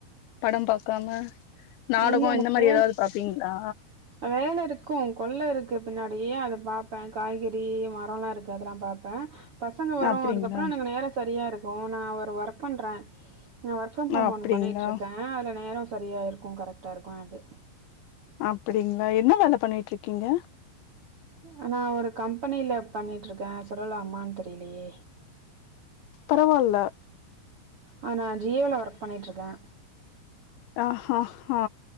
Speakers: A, on the left; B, on the right.
A: படம் பாக்காம நாடகம்
B: இல்ல எனக்கு
A: இந்த மாதிரி
B: பேர்
A: ஏதாவது பாப்பீங்களா
B: வேல இருக்கும் கொள்ளை இருக்கு பின்னாடியே அதை பாப்பேன் காய்கறி மரம் எல்லாம் இருக்கு அதெல்லாம் பாப் பேன் பசங்க வரும்
A: அப்டிங்களா
B: அதுக்கப்புறம் எனக்கு நேரம் சரியா இருக்கும் நான் ஒரு ஒர்க் பண்றேன் நான் ஒர்க் ஃப்ரம் ஹோம்
A: அப்டிங்களா
B: ஒன்னு பண்ணிகிட்டுருக்கேன் அதில நேரம் சரியாக இருக்கும் கரெக்டாக இருக்கும் எனக்கு
A: அப்படிங்களா என்ன வேலை பண்ணிட்டு இருக்கீங்க
B: அ நான் ஒரு கம்பெனில பண்ணிட்டு இருக்கேன் சொல்லமான்னு தெரியலயே
A: பரவால்ல
B: ஆ நான ஜியோ ல ஒர்க் பண்ணிட்டு இருக்கேன்
A: ஆ ஹ ஹ